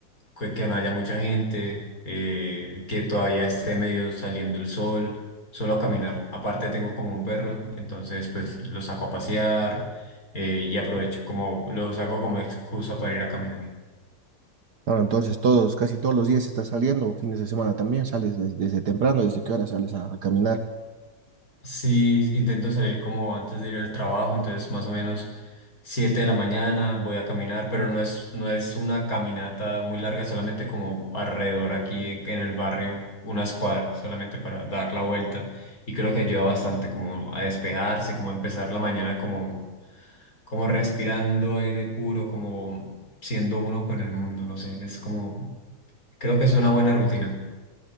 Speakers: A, on the left; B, on the right.
A: que, que no haya mucha gente, eh, que todavía esté medio saliendo el sol, solo a caminar. Aparte tengo como un perro, entonces pues lo saco a pasear eh, y aprovecho, como lo saco como excusa para ir a caminar.
B: Ahora, entonces todos, casi todos los días estás saliendo, fines de semana también, sales des- desde temprano, desde qué hora sales a a caminar.
A: Sí, intento salir como antes de ir al trabajo, entonces más o menos 7 de la mañana voy a caminar, pero no es, no es una caminata muy larga, solamente como alrededor aquí en el barrio, unas cuadras, solamente para dar la vuelta. Y creo que ayuda bastante como a despejarse, como a empezar la mañana como, como respirando aire puro, como siendo uno con el mundo, no sé, es como, creo que es una buena rutina.